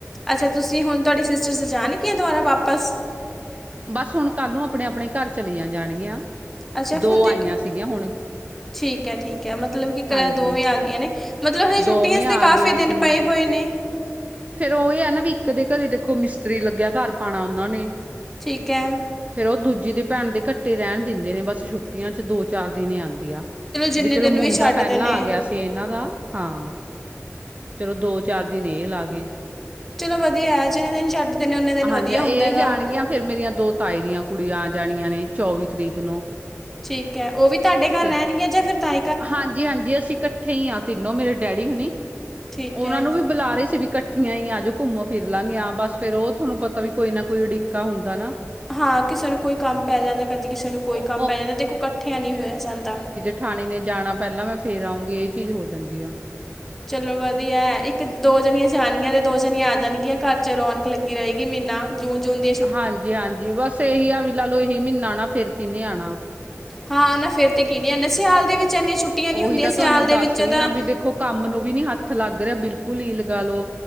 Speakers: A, in the centre; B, on the right (about 30°).
A: ਅੱਛਾ ਤੁਸੀਂ ਹੁਣ ਤੁਹਾਡੇ ਸਿਸਟਰ ਚ ਜਾਣਗੀਆਂ ਦੁਬਾਰਾ ਵਾਪਸ।
B: ਬਸ ਹੁਣ ਕੱਲ ਨੂੰ ਆਪਣੇ ਆਪਣੇ ਕੱਰ ਚਲੀਆਂ ਜਾਣਗੀਆਂ
A: ਅੱਛਾ
B: ਦੋ
A: ਫੁੰਦੇ
B: ਆਈਆਂ ਸੀਗੀਆਂ ਹੁਣ।
A: ਠੀਕ ਏ ਠੀਕ ਏ ਮਤਲਬ ਕਿ
B: ਹਾਂਜੀ
A: ਦੋਵੇਂ ਆ ਗਈਆਂ ਨੇ। ਮਤਲਬ ਹਜ੍
B: ਦੋਵੇਂ
A: ਛੁੱਟੀਆਂ
B: ਆ
A: ਤੇ ਕਾਫੀ
B: ਗਈਆਂ
A: ਦਿਨ
B: ਸੀ
A: ਪਏ ਹੋਏ ਨੇ।
B: ਫੇਰ ਉਹ ਇਹ ਹੈ ਨਾ ਵੀ ਇੱਕ ਦੇ ਘਰੇ ਦੇਖੋ ਮਿਸਤਰੀ ਲੱਗਿਆ ਘਰ ਪਾਣਾ ਉਹਨਾਂ ਨੇ।
A: ਠੀਕ ਏ।
B: ਫੇਰ ਉਹ ਦੂਜੀ ਦੇ ਭੈਣ ਦੇ ਕੱਟੇ ਰਹਿਣ ਦਿੰਦੇ ਨੇ ਬਸ ਛੁੱਟੀਆਂ ਚ ਦੋ ਚਾਰ ਦਿਨ ਆਂਦੀ ਆ।
A: ਜਿੰਨੇ
B: ਵੀ ਚਲੋ
A: ਦਿਨ
B: ਮੁੰਡਾ
A: ਛੱਡਦੇ
B: ਪਹਿਲਾਂ
A: ਨੇ
B: ਆ ਗਿਆ ਸੀ। ਤੇ ਇਹਨਾਂ ਦਾ ਹਾਂ ਚਲੋ ਦੋ ਚਾਰ ਦਿਨ ਇਹ ਲਾ ਗੇ।
A: ਚਲੋ ਵਧੀਆ ਏ ਜਿੰਨੇ ਦਿਨ ਛੱਡਿੰਦੇ ਉਨੇ ਦਿਨ
B: ਹਾਂਜੀ
A: ਵਧੀਆ
B: ਇਹ
A: ਹੁੰਦਾ ਹੈਗਾ।
B: ਜਾਣਗੀਆਂ ਫੇਰ ਮੇਰੀਆਂ ਦੋ ਤਾਏ ਦੀਆਂ ਕੁੜੀਆਂ ਆ ਜਾਣੀਆਂ ਨੇ ਚੌਵੀ ਤਰੀਕ ਨੂੰ।
A: ਠੀਕ ਏ ਉਹ ਵੀ ਤੁਹਾਡੇ ਘਰ
B: ਤੇ
A: ਰਹਿਣਗੀਆਂ ਜਾਂ ਫਿਰ ਤਾਂ।
B: ਹਾਂਜੀ ਹਾਂਜੀ ਅਸੀਂ ਇਕੱਠੇ ਹੀ ਹਾਂ ਤਿੰਨੋ ਮੇਰੇ ਡੈਡੀ ਹੋਣ।
A: ਠੀਕ
B: ਉਹਨਾ
A: ਹੈ।
B: ਨੂੰ ਵੀ ਬੁਲਾ ਰੇ ਸੀ ਵੀ ਇਕੱਠੀਆਂ ਹਈ ਆ ਜੋ ਘੁੰਮੋ ਫਿਰ ਲਾਂਗੇ ਬਸ ਫੇਰ ਉਹ ਤੁਹਾਨੂੰ ਪਤਾ। ਤਾਂ ਵੀ ਕੋਈ ਨਾ ਕੋਈ ਉਡੀਿੱਕਾ ਹੁੰਦਾ ਨਾ।
A: ਹਾਂ ਕਿਸੇ ਨੂੰ ਕੋਈ ਕੰਮ ਪੈ ਜਾਂਦਾ ਕਦੀ ਕਿਸੇ ਨੂੰ ਕੋਈ
B: ਉਹ
A: ਕੰਮ ਪੈ ਜਾਂਦਾ ਦੇਖੋ ਇਕੱਠਿਆਂ ਨਹੀਂ ਹੋਇਆ ਜਾਂਦਾ।
B: ਠਾਣੀ ਨੇ ਜਾਣਾ ਪਹਿਲਾਂ ਮੈਂ ਫੇਰ ਆਊਗੀ ਇਹ ਚੀਜ਼ ਹੋ ਜਾਂਦੀ ਆ।
A: ਚਲੋ ਵਧੀਆ ਇੱਕ ਦੋ ਜਣੀਆਂ ਜਾਣਗੀਆਂ ਤੇ ਦੋ ਜਣ ਆ ਜਾਣਗੀਆਂ ਘਰ ਚ ਰੌਣਕ ਲੱਗੀ ਰਹੇਗੀ ਮਹੀਨਾ। ਜੂਨ ਜੂਨ ਦੀ।
B: ਹਾਂਜੀ ਹਾਂਜੀ ਬਸ ਇਹੀ ਆ ਵੀ ਲਾ ਲੋ ਇਹੀ ਮਹੀਨਾ ਆਣਾ ਫੇਰ ਕਿਹਨੇ ਆਣਾ।
A: ਹਾਂ ਨਾ ਫੇਰ ਤੇ ਕੀ ਨੀ ਆਦਾ ਸਿਆਲ ਦੇ ਵਿੱਚ ਇੰਨੀਆਂ ਛੁੱਟੀਆਂ ਨ
B: ਉਹੀ
A: ਹੁੰਦੀਆਂ
B: ਤਾਂ
A: ਸਿਆਲ
B: ਤੁਹਾਨੂੰ
A: ਦੇ
B: ਦੱਸ
A: ਵਿੱਚ
B: ਰਹੀ
A: ਤਾਂ।
B: ਆ ਵੀ ਦੇਖੋ ਕੰਮ ਨੂੰ ਵੀ ਨੀ ਹੱਥ ਲੱਗ ਰਿਆ ਬਿਲਕੁਲ ਹੀ ਲਗਾ ਲੋ।